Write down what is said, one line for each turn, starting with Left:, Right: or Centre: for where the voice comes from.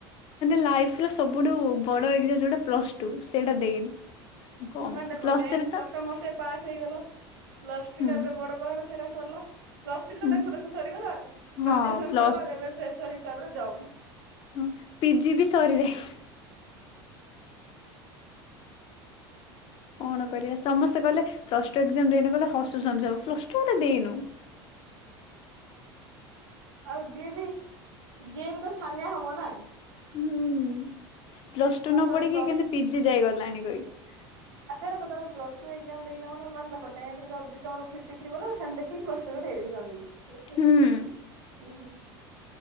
Left: ଲାଇଫ ର ସବୁଠୁ ବଡ ଏକ୍ଜା ଯୋଉଟା ପ୍ଲସ ଟୁ ସେଇଟା ଦେଇନି। କଣ
Right: ମାନେ ଦେଖ
Left: ପ୍ଲସ୍
Right: ଟେନ୍ଥ
Left: ଥ୍ରୀ ତ
Right: କଷ୍ଟମଷ୍ଟେ ପାସ୍ ହେଇଗଲ। ପ୍ଲସ ଟୁ
Left: ହୁଁ
Right: ଟା ଗୋଟେ ବଡ ପାହାଡ ସେଟା ସରିଲା ପ୍ଲସ ଥ୍ରୀ
Left: ହୁଁ
Right: ତ ଦେଖୁ ଦେଖୁ ସରିଗଲା ଆଉ,
Left: ହଁ
Right: ଗ୍ରାଜୁଏସନ୍‌
Left: ପ୍ଲସ୍
Right: ସରିଲା ଏବେ ଫ୍ରେସର ତା ପରେ ଜବ୍।
Left: ହଁ ପିଜି ବି ସରି ଯାଇଚି। କଣ କରିବା ସମସ୍ତେ କହିଲେ ପ୍ଲସ ଟୁ ଏକଜାମ୍ ଦେଇନୁ କହିଲେ ହସୁଛନ୍ତି ସବୁ, ପ୍ଲସ ଟୁ ଗୋଟେ ଦେଇନୁ। <inaudible>
Right: ଆଉ ଯିଏ ବି, ଯିଏ ବି ତ ଛାନିଆ ହବ ନା।
Left: ହୁଁ ପ୍ଲସ ଟୁ
Right: ମାନେ
Left: ନ
Right: ତମେ
Left: ପଢିକି କେତି ପିଜି ଯାଇଗଲାଣି କହିକି।
Right: ଆଉ ସେଟା ତ ତମେ ପ୍ଲସ୍ଟୁ ଏକଜାମ ଦେଇନ ମାନେ ମାନେରଖ ଟେନଥରେ ଯଦି ତମର ଫିପଟି ଥ୍ରୀ ବୋଲେ ସେ ଦେଖିକି ପ୍ଲସ ଟୁରେ ଦେଇ ଦେ ଛନ୍ତି।
Left: ହୁଁ।
Right: <inaudible>